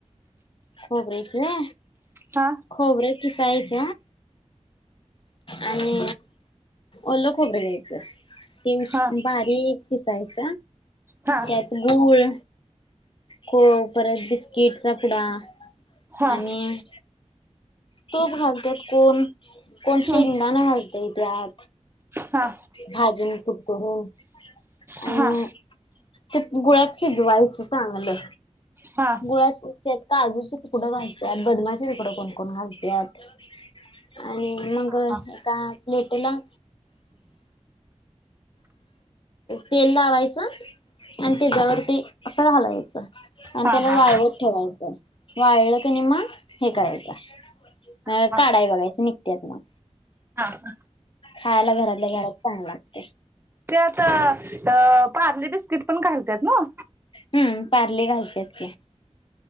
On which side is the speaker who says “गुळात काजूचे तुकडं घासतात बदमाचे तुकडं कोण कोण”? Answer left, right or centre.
Left